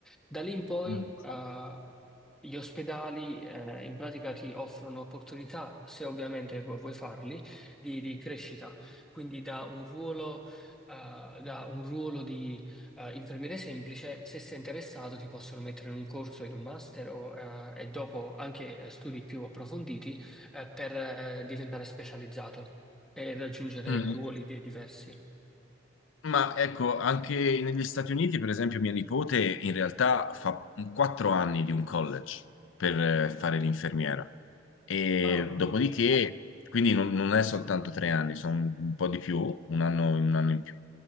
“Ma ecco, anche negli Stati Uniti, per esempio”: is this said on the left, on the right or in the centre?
Left